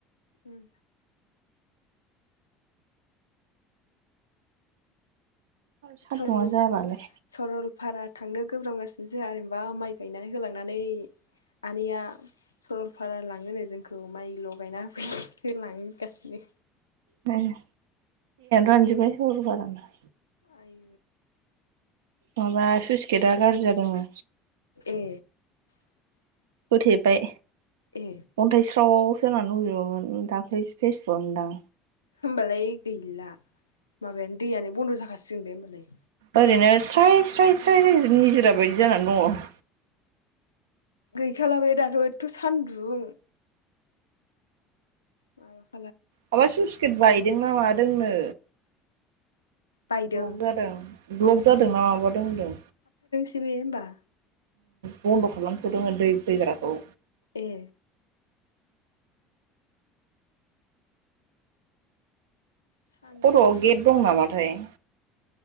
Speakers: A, on the left; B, on the right.
A: उम
B: सान्दुंआ
A: सरल
B: जालालै
A: सरलफारा थांनो गोब्राबगासिनो जायोंहा गोब्रामगासिनो माइ गायनानै होलांनानै आनैया सरलपारा लाङोनो जोंखौ माइल' गायना होफै होनलागासिनो।
B: दानो रानजबायाय सरलफाराना
A: आई।
B: माबा स्लुइस गेटआ गाज्रि जादोंनो।
A: ए
B: होथेबाय
A: ए
B: अन्थाइस्राव खोनानै लुजोबोमोन दाख्लैसो फेसबुकआव नुदां।
A: होमबालाय गैला माबायानो दैयानो बन्द' जाखासिगोन बे होनोमबालाय?
B: ओरैनो स्राय स्राय स्राय निजा बायदि जानानै दङ।
A: गैखाला बे दाथ' एथथ' सान्दुं? ब <inaudible>
B: माबा सुच गेट बायदोंना मादोंनो।
A: बायदों
B: ब्लक जादों ब्लक जादोंना माबादों होनदों।
A: दे होमबा।
B: बन्द' खालामथ'दोंमोन दै फैग्राखौ,
A: ए सान्दुंजों
B: खर'आव गेट दं नामाथाय?